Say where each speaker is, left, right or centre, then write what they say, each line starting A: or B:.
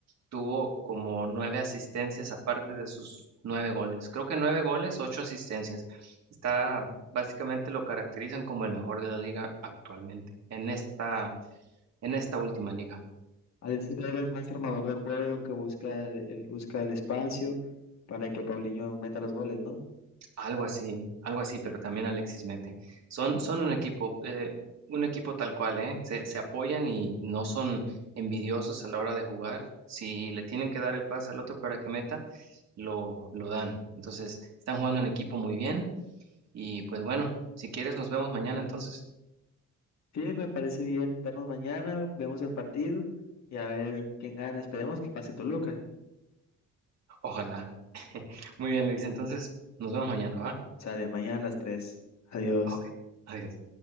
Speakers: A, on the right; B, on the left.
A: tuvo como nueve asistencias aparte de sus nueve goles. Creo que nueve goles, ocho asistencias. Está, básicamente lo caracterizan como el mejor de la liga actualmente, en esta en esta última liga.
B: Alexis Vega es más armador de juego que busca el, el- busca el espacio para que Paulinho meta los goles, ¿no?
A: Algo así, algo así, pero también Alexis mete. Son, son un equipo, eh, un equipo tal cual, ¿eh? Se, se apoyan y no son envidiosos a la hora de jugar. Si le tienen que dar el pase al otro para que meta, lo, lo dan. Entonces, están jugando en equipo muy bien y pues bueno, si quieres nos vemos mañana entonces.
B: Sí, me parece bien vernos mañana, vemos el partido y a ver quién gana. Esperemos que pase Toluca.
A: Ojalá. <laughs> Muy bien, Luis. Entonces, nos vemos mañana, ¿va?
B: Sale mañana a las tres Adiós.
A: Ok. Adiós.